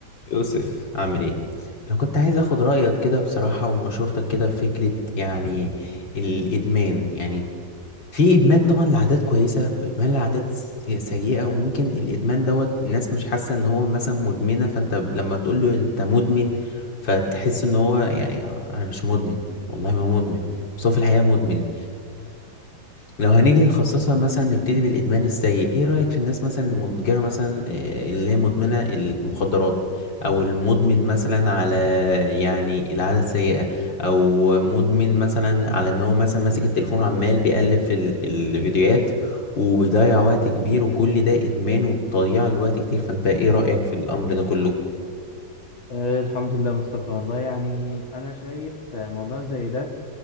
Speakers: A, on the left; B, on the left.
A: يوسف عامل ايه انا كنت عايز اخد رايك كده بصراحه ومشورتك كده في فكره يعني الادمان يعني في ادمان طبعا لعادات كويسه وادمان لعادات س- سيئه وممكن الادمان دوت الناس مش حاسه ان هو مثلا مدمنه فانت ب- لما تقول له انت مدمن فتحس ان هو يعني انا مش مدمن والله ما مدمن بس هو في الحقيقه مدمن لو هنيجي نخصصها مثلا نبتدي بالإدمان السيء ايه رأيك في الناس مثلا المتجرة مثلا آه، اللي هي مدمنة المخدرات او المدمن مثلا على يعني العادة السيئة او مدمن مثلا على ان هو مثلا ماسك التليفون وعمال بيقلب في ال- الفيديوهات وبيضيع وقت كبير وكل ده إدمان وتضييع الوقت كتير فانت ايه رأيك في الأمر ده كله؟
B: آه، الحمد لله مصطفى والله يعني أنا شايف آه، موضوع زي ده